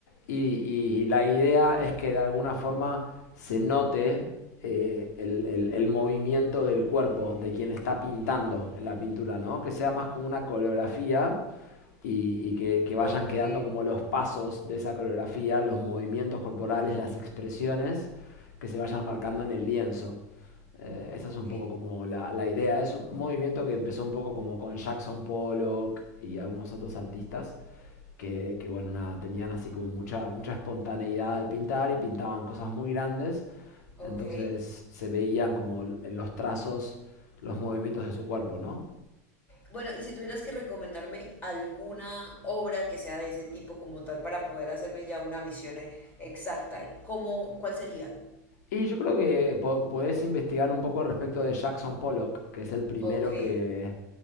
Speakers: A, on the left (about 85°); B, on the left (about 20°).
A: y, y la idea es que de alguna forma se note eh, el, el- el movimiento del cuerpo de quien está pintando en la pintura, ¿no? Que sea más como una coreografía y, y que, que
B: Ok,
A: vayan quedando como los pasos de esa coreografía, los movimientos corporales, las expresiones que se vayan marcando
B: ok,
A: en el lienzo. Eh, esa
B: ok,
A: es un poco como la, la idea. Es un movimiento que empezó un poco como con Jackson Pollock y algunos otros artistas que, que, bueno, nada, tenían así como mucha, mucha espontaneidad al pintar y pintaban cosas muy grandes.
B: ok.
A: Entonces se veían como en los trazos los movimientos de su cuerpo, ¿no?
B: Bueno, y si tuvieras que recomendarme alguna obra que sea de ese tipo como tal para poder hacerme ya una visión eh, exacta, ¿cómo, cuál sería?
A: Y yo creo que po- podés investigar un poco respecto de Jackson Pollock, que es el primero
B: Ok,
A: que,